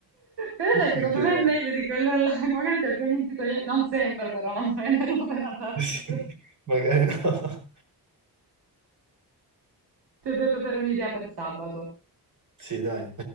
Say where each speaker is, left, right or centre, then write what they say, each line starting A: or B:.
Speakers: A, on the right (about 80°); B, on the right (about 50°).
A: Però dai, secondo
B: Ok,
A: me
B: dai.
A: è meglio di quello online. Magari ti organizzi con gli... Non sempre, però, non prenderlo per andarci
B: Sì,
A: su.
B: magari no.
A: Ti ho dato per un'idea per sabato.
B: Sì, dai.